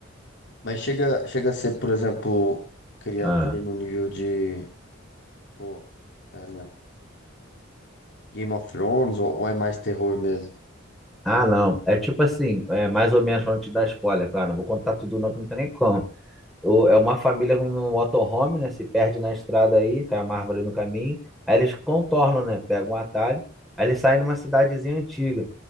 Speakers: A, on the left; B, in the centre.
A: Mas chega, chega a ser, por exemplo, criatura
B: Ah,
A: no nível de, pô, é, né, Game of Thrones ou, ou é mais terror mesmo?
B: ah, não. É tipo assim, é mais ou menos pra não te dar spoiler, claro. Não vou contar tudo, não, que não tem nem como. o- é uma família no motorhome, né? Se perde na estrada aí, cai uma árvore no caminho. Aí eles contornam, né? Pegam um atalho. Aí eles saem numa cidadezinha antiga.